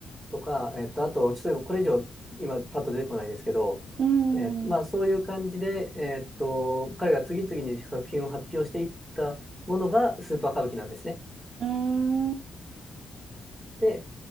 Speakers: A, in the centre; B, on the right (about 55°).
A: とか、えっと、あと、ちょっと今これ以上、今、パッと出てこないですけど、
B: うん。
A: えっと、まあ、
B: うーん。う
A: そういう感じで、えっと、彼が次々に作品を発表していったものがスーパー歌舞伎なんですね。
B: ーん。
A: で、